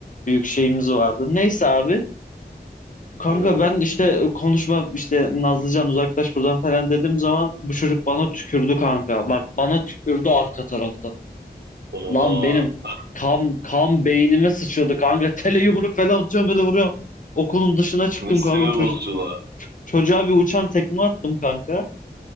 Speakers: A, on the left (about 50°); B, on the right (about 80°).
A: büyük şeyimiz vardı. Neyse abi. Kanka
B: evet.
A: ben işte e, konuşma işte Nazlıcan uzaklaş buradan falan dediğim zaman bu çocuk bana tükürdü kanka. Bak bana tükürdü arka taraftan.
B: Oha.
A: Lan benim kan kan beynime sıçradı kanka. <laughs> Tele yumruk falan atıyorum böyle vuruyorum. Okulun dışına çıktım
B: Ne sinir
A: kanka. Çocu-
B: bozuculuğa.
A: çocuğa bir uçan tekme attım kanka.